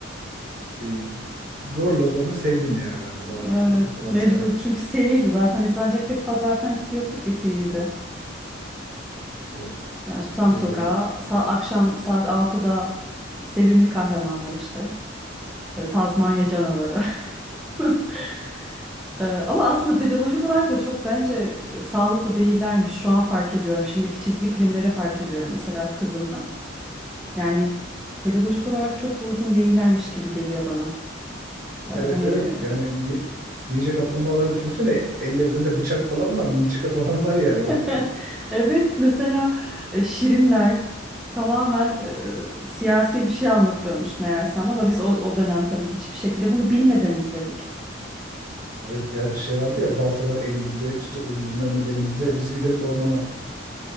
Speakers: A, on the right; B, in the centre.
A: Ee, e, zorla zorla sevdim yani ben de bazı
B: Evet,
A: bazı
B: mecbur.
A: karakter.
B: Çünkü seriydi. Zaten izlenecek pek fazla alternatifi yoktu ki TV'de.
A: Evet.
B: Yani Susam
A: Ee,
B: Sokağı, sa- akşam saat altıda Sevimli Kahramanlar işte. E, Tazmanya Canavarı. <laughs> Ee, ama aslında pedagojik olarak da çok bence e, sağlıklı değillermiş. Şu an fark ediyorum. Şimdiki çizgi filmleri fark ediyorum mesela kızımda. Yani pedagojik olarak çok da uygun değillermiş gibi geliyor bana. Ee, hani
A: evet evet. Yani ni- Ninja kaplumbağaları düşünsene ellerinde bıçak falan var, mınçıka falan var yani.
B: <laughs>
A: O- <laughs>
B: evet mesela e, Şirinler tamamen e, siyasi bir şey anlatıyormuş meğersem ama biz o, o dönem tabii hiçbir şekilde bunu bilmeden izledik.
A: Evet ya şey vardı ya baltalar elimizde işte uz- bilmem ne belimizde biz gideriz ormana.